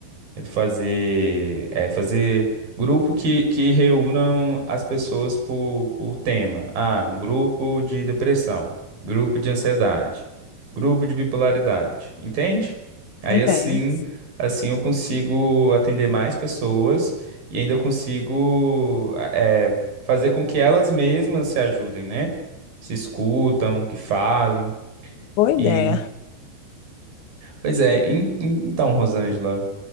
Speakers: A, on the right; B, on the left.
A: Tento fazer, é, fazer grupo que, que reúnam as pessoas por, por tema. Ah, um grupo de depressão, grupo de ansiedade, grupo de bipolaridade, entende? Aí
B: Entende?
A: assim, assim eu consigo atender mais pessoas e ainda consigo é, é, fazer com que elas mesmas se ajudem, né? Se escutam, que falem.
B: Boa ideia.
A: E, pois é, en- en- então, Rosângela.